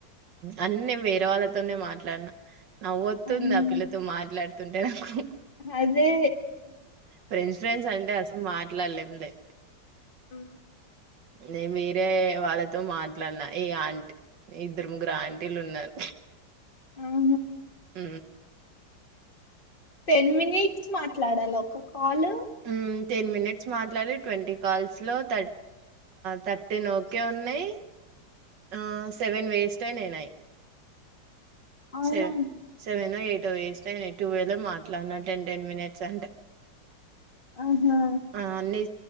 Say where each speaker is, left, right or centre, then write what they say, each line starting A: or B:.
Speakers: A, on the right; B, on the left.
A: అన్న నేను వేరే వాళ్ళతోనే మాట్లాడిన నవ్వుతుంది
B: అవునా
A: ఆ పిల్లతో మాట్లాడుతుంటే నాకు
B: అదే
A: ఫ్రెండ్స్ ఫ్రెండ్స్ అంటే అసలు మాట్లాడలేంలే
B: అ
A: నేను వరే వాళ్ళతో మాట్లాడిన ఈ ఆంటీ ఇద్దరు ము గ్రా ఆంటీలు ఉన్నారు
B: అవు
A: ఉ
B: టెన్ మినిట్స్ మాట్లాడాలి ఒక కాల్
A: హ్మ్ టెన్ మినిట్స్ మాట్లాడి ట్వంటీ కాల్స్ లోథ థర్టీన్ ఓకే ఉన్నాయి ఆ సెవెన్ వేస్ట్ అయి నైన్యి
B: అవునా
A: సవన్ సెవెనా ఎయిట్ వేస్టువేల్ మాట్లాడిన టెన్ టెన్ మినిట్స్ అంటే
B: ఆహా
A: ఆ అన్ని